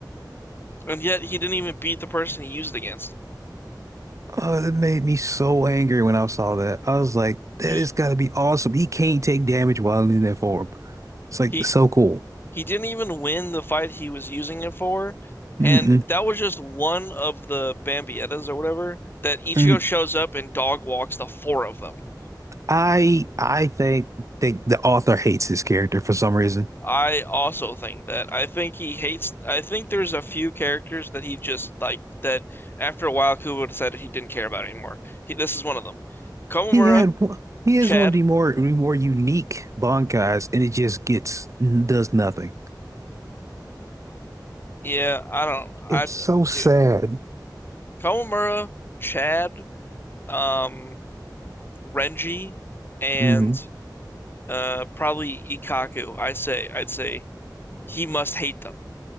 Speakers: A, on the left (about 30°); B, on the right (about 45°).
A: And yet he didn't even beat the person he used it against.
B: Oh, that made me so angry when I saw that. I was like, that
A: He
B: got to be awesome. He can't take damage while in that form. It's like
A: he
B: so cool.
A: he didn't even win the fight he was using it for. And
B: Mm-mm.
A: that was just one of the Bambiettas or whatever that Ichigo
B: Mm-hmm.
A: shows up and dog walks the four of them.
B: I I think think the author hates his character for some reason.
A: I also think that. I think he hates. I think there's a few characters that he just like that. After a while, Kubo decided he didn't care about anymore. He, this is one of them. Komamura,
B: He had one- he has
A: Chad.
B: one of the more more unique bankais, and it just gets does nothing.
A: Yeah, I don't. I
B: It's so sad.
A: dude, Komamura, Chad, um, Renji, and
B: hmm
A: uh, probably Ikaku. I say. I'd say he must hate them